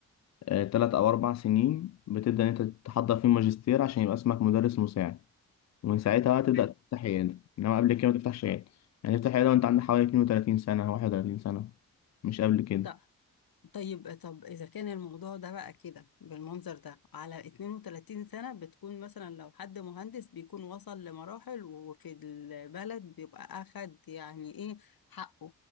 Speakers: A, on the left; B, on the left.
A: آه، تلات أو أربع سنين بتبدأ إن أنت تحضر فيه ماجستير عشان يبقى اسمك مدرس مساعد ومن ساعتها بقى تبدأ
B: أيوة.
A: تفتح عيادة إنما قبل كده ما تفتحش عيادة يعني تفتح عيادة وأنت عندك حوالي 32 سنة 31 سنة مش قبل كده
B: ط- طيب طب إذا كان الموضوع ده بقى كده بالمنظر ده على 32 سنة بتكون مثلا لو حد مهندس بيكون وصل لمراحل وفي البلد بيبقى أخد يعني إيه حقه